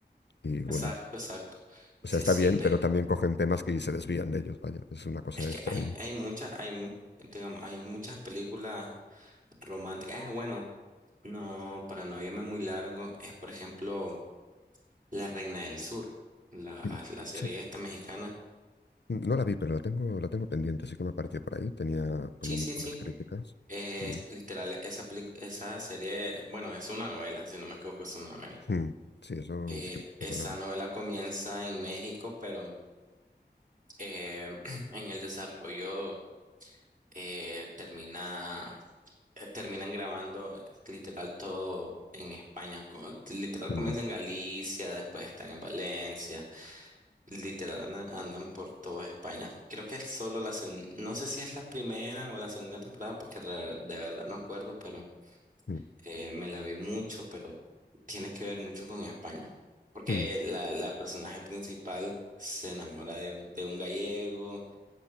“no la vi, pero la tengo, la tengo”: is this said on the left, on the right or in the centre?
Left